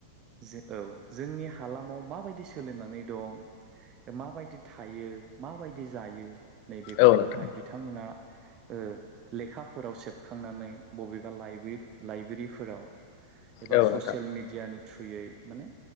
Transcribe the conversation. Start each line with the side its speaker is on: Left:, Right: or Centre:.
Right: जे औ जोंनि हालामाव माबायदि सोलिनानै दं। माबायदि थायो माबायदि जायो नैबेफोरखौहाय
Left: औ नोंथां
Right: बिथांमोना। ओ लेखाफोराव सेबखांनानै बबेबा लाइब्रिब लाइब्रिफोराव। एबा
Left: औ नोंथां औ
Right: ससियेल
Left: नोंथां
Right: मिडियानि थुयै। माने